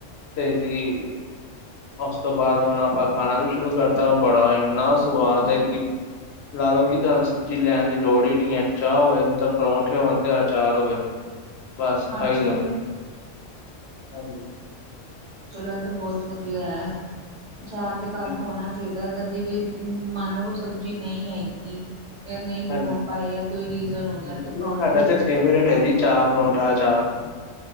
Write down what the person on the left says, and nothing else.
ਤੇ ਜੀ ਓਸ ਤੋਂ ਬਾਅਦ ਹੁਨ ਆਪਾ ਖਾਨਾ ਵੀ ਸ਼ੁਰੂ ਕਰਤਾ ਬੜਾ ਏਨਾ ਸੁਵਾਦ ਐ ਕਿ ਲਾ ਲੋ ਕਿ ਤੁਆਨ ਸਬਜ਼ੀ ਲੈਣ ਦੀ ਲੋੜ ਈ ਨਈ ਐ ਚਾ ਹੋ ਜਨ ਤੇ ਪਰੌਂਠੇ ਹੋ ਜਾਨ ਤੇ ਅਚਾਰ ਹੋਵੇ। ਬਸ ਖਾਈ
ਜਾਓ,
ਹਾਂਜੀ।
ਹੂੰ,
ਹਾਂਜੀ,
ਹੂੰ,
ਨਹੀਂ
ਸਾਡਾ
ਤੇ ਫੇਵਰੇਟ ਐ ਜੀ ਚਾਹ, ਪਰੌਂਠਾ, ਅਚਾਰ।